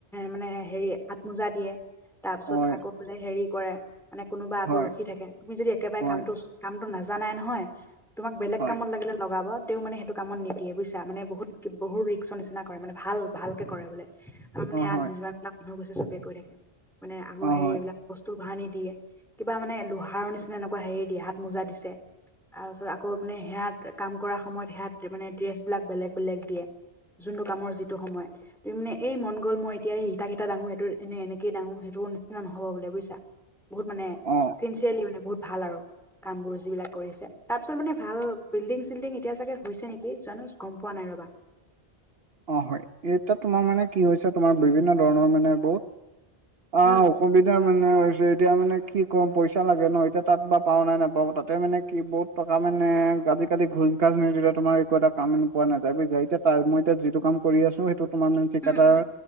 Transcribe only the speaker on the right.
হয়,
হয়,
হয়,
হয়,
অ',
হয়,
অ',
হয়,
অ',
অ', হয়। এতিয়া তোমাৰ মানে কি হৈছে তোমাৰ বিভিন্ন ধৰণৰ মানে বহুত অ-
সুবিধাৰ মানে হৈছে, এতিয়া মানে কি ক'ম? পইচা লাগে ন! এতিয়া তাত বা পাওঁ নে নাপাওঁ? তাতে মানে কি বৰ্ড টকা মানে আজিকালি ঘোছ-ঘাছ নিদিলে তোমাৰ একো এটা কাম নোপোৱা নাযায় বুইছা! এতিয়া তাৰ মই এতিয়া যিটো কাম কৰি আছো সেইটো তোমাৰ মানে ঠিকাদাৰ